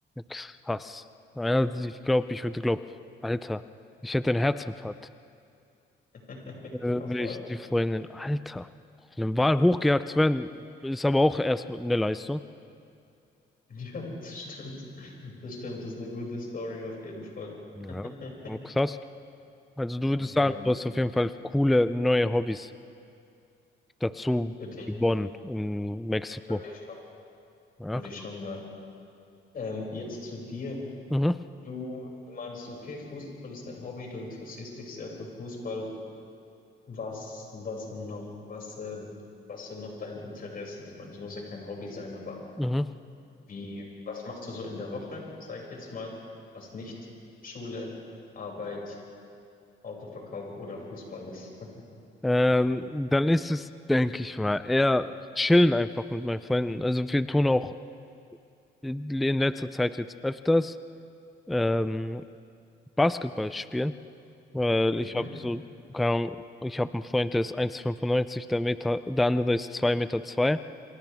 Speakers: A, in the centre; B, on the left (about 45°).
A: krass. Ja, ich glaube, ich würde glauben, Alter, ich hätte einen Herzinfarkt,
B: <laughs>
A: äh,
B: Ja,
A: wenn
B: voll.
A: ich die Freundin, Alter, von einem Wal hochgejagt zu werden, ist aber auch erstmal eine Leistung.
B: <laughs> Ja, das stimmt. Das stimmt, das ist eine gute Story auf jeden Fall.
A: Ja.
B: <laughs>
A: Und krass. Also du
B: Aber
A: würdest sagen,
B: ja,
A: du hast auf jeden Fall coole neue Hobbys dazu
B: würde ich,
A: gewonnen in Mexiko.
B: würde ich schon sagen.
A: Ja.
B: Würde ich schon sagen. Ähm, jetzt zu dir.
A: Mhm.
B: Du, du meinst, okay, Fußball ist dein Hobby, du interessierst dich sehr für Fußball. Was, was noch? Was, äh, was sind noch deine Interessen? Ich meine, es muss ja kein Hobby sein, aber
A: Mhm.
B: wie, was machst du so in der Woche, sage ich jetzt mal, was nicht Schule, Arbeit, Autoverkauf oder Fußball ist? <laughs>
A: Ähm, dann ist es, denke ich mal, eher chillen einfach mit meinen Freunden. Also wir tun auch in letzter Zeit jetzt öfters ähm, Basketball spielen, weil ich
B: Mhm.
A: habe so, keine Ahnung, ich habe einen Freund, der ist 1,95 der Meter, der andere ist 2,2 Meter zwei